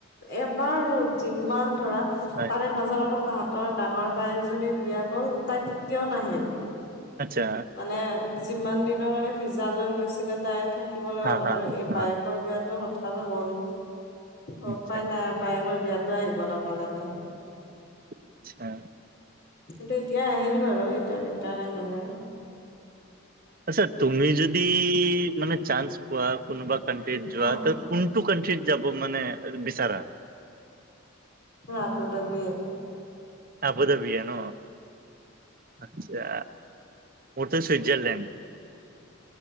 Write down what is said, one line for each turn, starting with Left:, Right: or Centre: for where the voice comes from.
Left: এবাৰো যিমান ধৰা
Right: হয়
Left: তাৰে মাজত আকৌ তাহাঁতৰ ডাঙৰ বাইকজনী বিয়া গ'ল, তাই তেতিয়াও নাহিল।
Right: আচ্ছা।
Left: মানে যিমান দিনৰ কাৰণে ভিজা লৈ গৈছিলে তাই থাক <unintelligible>
Right: হা হা
Left: আৰু এইৰ বায়েকৰ
Right: হা
Left: বিয়াটো হঠাৎ হ'ল। অ',
Right: আচ্ছা
Left: উপাই নাই বায়েকৰ বিয়াতো আহিব নাপালে তাই।
Right: আচ্ছা।
Left: কিন্তু এতিয়া আহিল বাৰু, এতিয়া ৰিটাৰ্ণ আহিলে।
Right: আচ্ছা তুমি যদি, মানে চান্স পোৱা, কোনোবা কাট্ৰিত যোৱাটো
Left: অ'
Right: কোনটো কানট্ৰিত যাব মানে, বিচাৰা?
Left: মোৰ আবত আবিয়ে
Right: আবধআবিয়ে ন আচ্ছা মোৰটো ছুইজাৰলেণ্ড